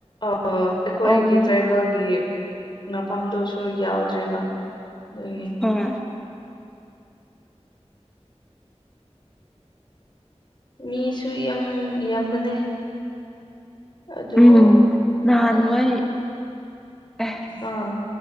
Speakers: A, on the left (about 45°); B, in the centre.
A: ꯑꯩꯈꯣꯏꯒꯤ
B: ꯑꯣ
A: ꯇ꯭ꯔꯥꯏꯕꯦꯜꯒꯤ ꯃꯐꯝꯗꯨꯁꯨ ꯌꯥꯎꯗ꯭ꯔꯦꯕ ꯑꯗꯨꯒꯤ
B: ꯍꯣꯏ
A: ꯃꯤꯁꯨ ꯌꯥꯝ ꯌꯥꯝꯕꯅꯦ ꯑꯗꯨ
B: ꯎꯝ ꯅꯍꯥꯟꯋꯥꯏ
A: ꯑꯥ
B: ꯑꯦ
A: ꯑꯥ